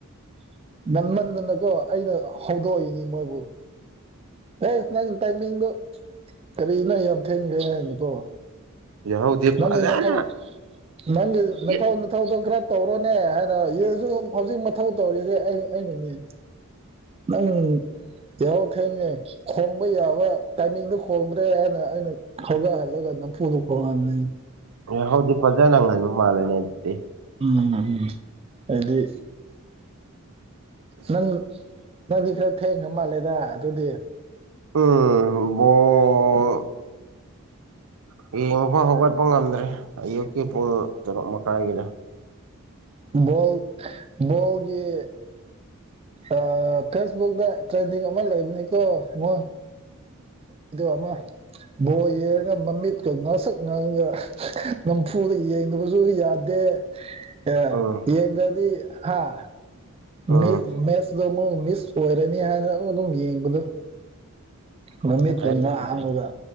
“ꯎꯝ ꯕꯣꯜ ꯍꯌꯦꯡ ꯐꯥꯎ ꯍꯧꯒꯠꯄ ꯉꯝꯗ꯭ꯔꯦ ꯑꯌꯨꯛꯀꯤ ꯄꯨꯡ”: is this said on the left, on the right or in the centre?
Right